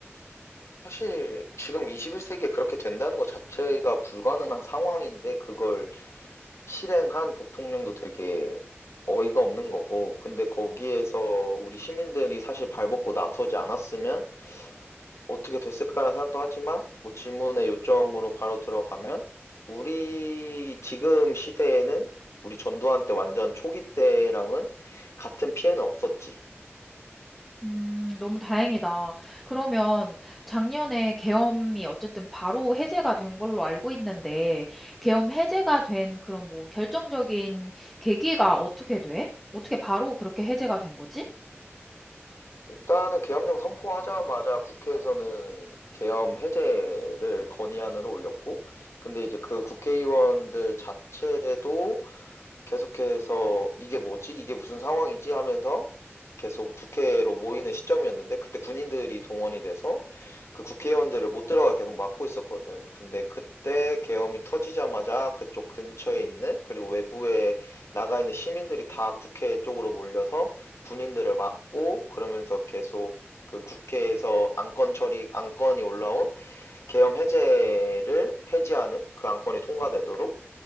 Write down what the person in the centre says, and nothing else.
음, 너무 다행이다. 그러면 작년에 계엄이 어쨌든 바로 해제가 된 걸로 알고 있는데, 계엄 해제가 된 그런 뭐 결정적인 계기가 어떻게 돼? 어떻게 바로 그렇게 해제가 된 거지?